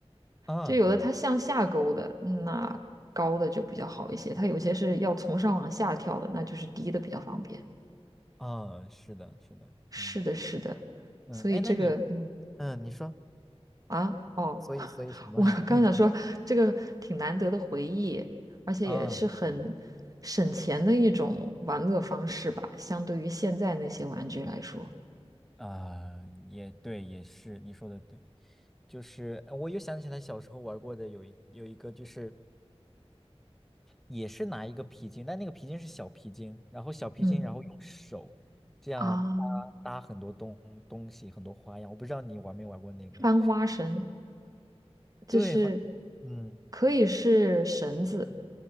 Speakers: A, in the centre; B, on the right (about 35°).
A: 嗯对，
B: 就有的它向下勾的，
A: 啊对。
B: 嗯那高的就比较好一些；它有些是要从上往下跳的，那就是低的比较方便。
A: 啊，是的，是的，
B: 是的，
A: 嗯
B: 是的，
A: 嗯，
B: 所以这个，
A: 哎，那你，
B: 嗯，
A: 嗯，你说，
B: 啊，哦。
A: 所以所以什么？
B: 我刚想说，
A: <laughs>
B: 这个挺难得的回忆，而且也是很省钱的一种玩乐方式吧，
A: 啊，对的
B: 相对于现在那些玩具来说。
A: 啊，也对，也是，你说的对，就是呃我又想起来小时候玩过的有一有一个，就是也是拿一个皮筋，但那个皮筋是小皮筋，然后小皮筋，
B: 嗯，
A: 然后用手这样搭搭很多东东西，
B: 啊，
A: 很多花样。我不知道你玩没玩过那个，
B: 翻花绳就是
A: 对，好，嗯
B: 可以是绳子，